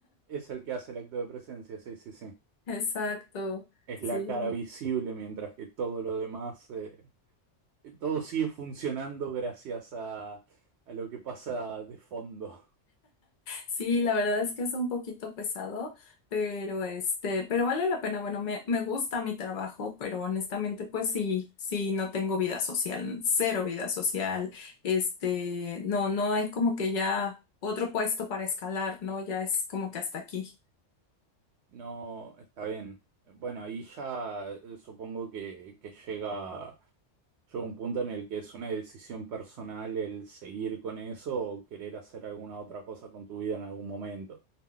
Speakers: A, on the right; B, on the left.
A: Es el que hace el acto de presencia, sí, sí, sí.
B: Exacto,
A: Es
B: sí,
A: la cara visible mientras que todo lo demás, eh, todo sigue funcionando gracias a, a lo que pasa de fondo.
B: sí, la verdad es que es un poquito pesado, pero este, pero vale la pena, bueno, me, me gusta mi trabajo, pero honestamente, pues sí, sí, no tengo vida social, cero vida social, este, no, no hay como que ya otro puesto para escalar, ¿no? Ya es como que hasta aquí.
A: No, está bien. Bueno, ahí ya eh, supongo que, que llega, llega un punto en el que es una decisión personal el seguir con eso o querer hacer alguna otra cosa con tu vida en algún momento.